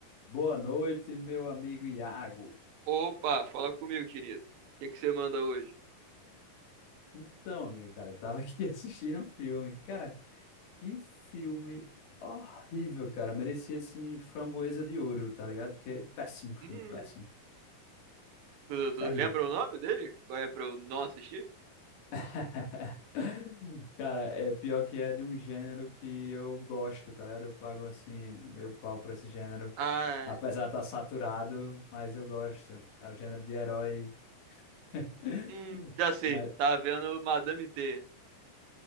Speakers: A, on the left (about 85°); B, on the right (about 75°).
A: Boa noite, meu amigo Iago.
B: Opa, fala comigo, querido. O que que você manda hoje?
A: Então, amigo, cara, eu tava aqui <laughs> assistindo um filme. Cara, que filme horrível, cara. Merecia, assim, Framboesa de Ouro, tá ligado? Porque é péssimo filme,
B: Hum,
A: péssimo.
B: tu, tu
A: Terrível.
B: lembra o nome dele? Qual é pra eu não assistir?
A: <laughs> Cara, é pior que é de um gênero que eu gosto, tá ligado? Eu pago, assim, meio pau pra esse gênero.
B: Ah,
A: Apesar de estar saturado, mas eu gosto. É o gênero de herói. <laughs>
B: hum, já sei.
A: Mas
B: Tá vendo Madame T.